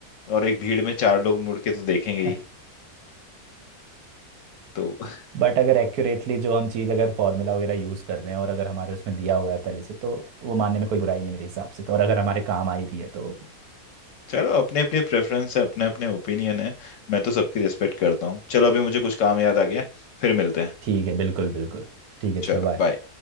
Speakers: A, on the left; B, on the right.
A: और एक भीड़ में चार लोग मुड़ के तो देखेंगे ही
B: <laughs>
A: तो <laughs>
B: बट अगर एक्यूरेटली जो हम चीज़ अगर फॉर्मूला वगैरह यूज़ कर रहे हैं और अगर हमारे उसमें दिया हुआ है पहले से तो वो मानने में कोई बुराई नहीं है मेरे हिसाब से तो और अगर हमारे काम आई रही है तो
A: चलो अपने अपने प्रेफरेंस है अपने अपने ओपिनियन है मैं तो सबकी रिस्पेक्ट करता हूँ चलो अभी मुझे कुछ काम याद आ गया फिर मिलते हैं
B: ठीक है बिल्कुल बिल्कुल ठीक है
A: चलो
B: चलो बाय
A: बाय